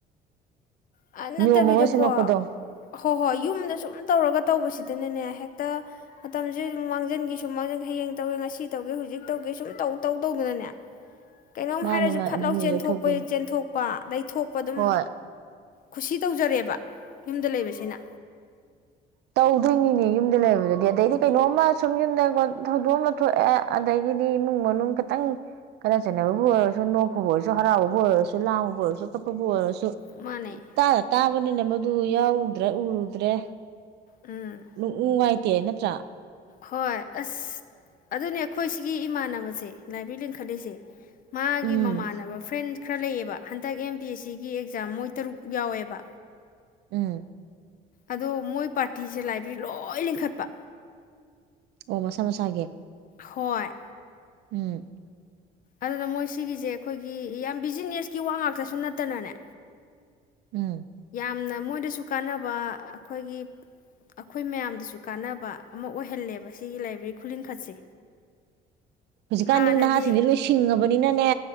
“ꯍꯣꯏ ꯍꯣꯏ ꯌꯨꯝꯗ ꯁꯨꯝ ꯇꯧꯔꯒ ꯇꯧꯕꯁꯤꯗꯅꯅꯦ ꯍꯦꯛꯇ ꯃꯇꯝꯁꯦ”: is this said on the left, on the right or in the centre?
Left